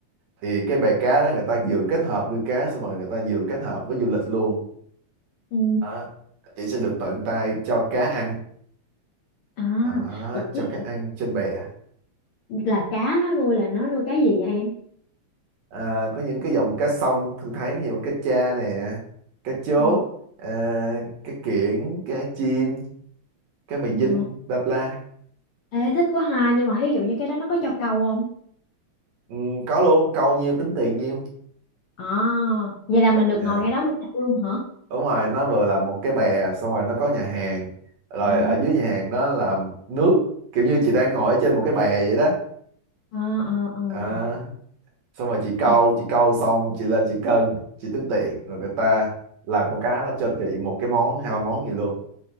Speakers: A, on the right; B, on the left.
A: thì cái bè cá đó người ta vừa kết hợp nuôi cá xong rồi người ta vừa kết hợp với du lịch luôn
B: ừ.
A: đó. chị sẽ được tận tay cho cá ăn
B: À,
A: đó.
B: ủa,
A: cho
B: cái-
A: cá ăn trên bè
B: là cá nó nuôi là nó nuôi cá gì vậy em?
A: à, có những cái dòng cá sông thường thấy như cá cha nè cá chốt
B: Ờ,
A: à, cá kiển cá chim cá mè dinh
B: ờ.
A: bla bla
B: Ê, thích quá ha nhưng mà ví dụ như cái đó nó có cho câu không?
A: ừ, có luôn câu nhiêu tính tiền nhiêu
B: À, vậy là mình được
A: Dạ.
B: ngồi ngay đó mình thâu luôn hả?
A: đúng rồi nó vừa là một cái bè xong rồi nó có nhà hàng rồi
B: À,
A: ở dưới nhà hàng đó là nước kiểu như chị đang ngồi ở trên một cái bè vậy đó
B: à, à, à.
A: À, xong rồi chị câu
B: Thế,
A: chị câu xong chị lên chị cân chị tính tiền rồi người ta làm con cá nó cho chị một cái món hai ba món gì luôn